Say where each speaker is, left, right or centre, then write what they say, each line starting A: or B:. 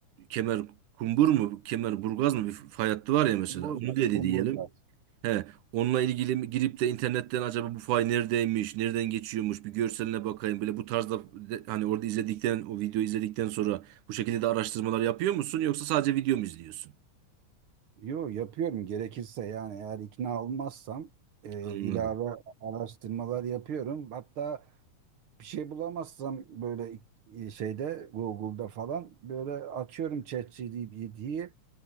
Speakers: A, on the right (about 85°); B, on the right (about 55°).
A: kemer kumbur mu, kemer burgaz mı bir fay hattı var ya mesela.
B: Kumburgaz,
A: Onu dedi
B: kumburgaz.
A: diyelim. He, onunla ilgili mi- girip de internetten acaba bu fay neredeymiş, nereden geçiyormuş bir görseline bakayım. Böyle bu tarzda de- hani orada izledikten, o videoyu izledikten sonra bu şekilde de araştırmalar yapıyor musun yoksa sadece video mu izliyorsun?
B: Yo yapıyorum gerekirse yani eğer ikna olmazsam e,
A: Anladım.
B: ilave araştırmalar yapıyorum. Hatta bir şey bulamazsam böyle e, şeyde Google'da falan böyle açıyorum ChatGPT'yi